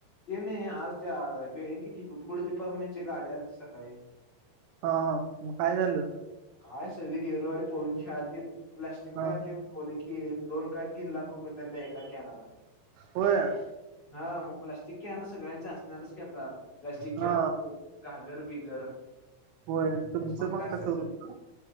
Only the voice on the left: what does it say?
ते नाही आज त्या बँकेत पुढ डिपार्टमेंटच्या गाड्या आलत्या सकाळी
काय सवीर एरेवाले पळून शाळेत गेले प्लास्टिकन
ते- होली की एक दोन काय तीन लाख रुपये त्यांला एका कॅनाला.
हा मग प्लास्टिकॅना सगळ्यांचे असणारच की आता. प्लॅस्टिकची
कैन घागर बिगर
मग काय सगळ